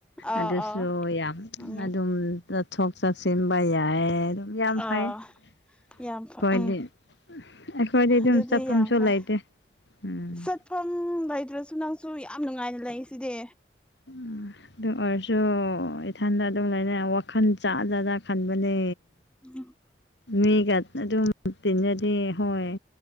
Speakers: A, in the centre; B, on the left (about 75°).
A: ꯑꯥ
B: ꯑꯗꯨꯁꯨ
A: ꯑꯥ
B: ꯌꯥꯝ
A: ꯎꯝ
B: ꯑꯗꯨꯝ ꯆꯠꯊꯣꯛ ꯆꯠꯁꯤꯟꯕ ꯌꯥꯏ ꯌꯥꯝ
A: ꯑꯥ
B: ꯐꯩ ꯑꯩꯈꯣꯏꯗꯤ
A: ꯌꯥꯝ ꯐꯩ ꯎꯝ
B: ꯑꯩꯈꯣꯏꯗꯤ ꯑꯗꯨꯝ
A: ꯑꯗꯨꯗꯤ
B: ꯆꯥꯐꯝꯁꯨ
A: ꯌꯥꯝ ꯐꯩ
B: ꯂꯩꯇꯦ ꯎꯝ
A: ꯆꯠꯐꯝ ꯂꯩꯇ꯭ꯔꯁꯨ ꯅꯪꯁꯨ ꯌꯥꯝ ꯅꯨꯡꯉꯥꯏꯅ ꯂꯩ ꯁꯤꯗꯤ
B: ꯎꯝ ꯑꯗꯨ ꯑꯣꯏꯔꯁꯨ ꯏꯊꯟꯗ ꯑꯗꯨꯝ ꯂꯩꯅ ꯋꯥꯈꯜ ꯖꯠꯖꯥꯠ ꯈꯟꯕꯅꯦ
A: ꯎꯝ
B: ꯃꯤꯒ ꯑꯗꯨꯝ ꯇꯤꯖꯗ ꯍꯣꯏ